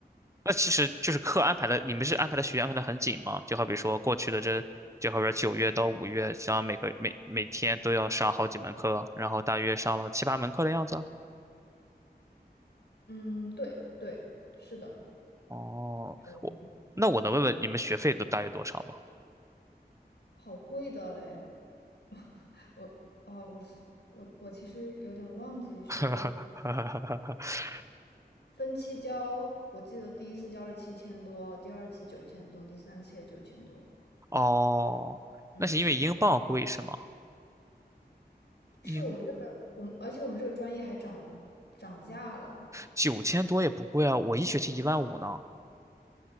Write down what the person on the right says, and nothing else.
那其实就是课安排的，你们是安排的学业安排的很紧吗？就好比说过去的这，就好比说九月到五月，然后每个每每天都要上好几门课，然后大约上了七八门课的样子。
哦，
我那我能问问你们学费都大约多少吗？
<laughs>
哦，
那是因为英镑贵是吗？
英
九千多也不贵啊，我一学期一万五呢。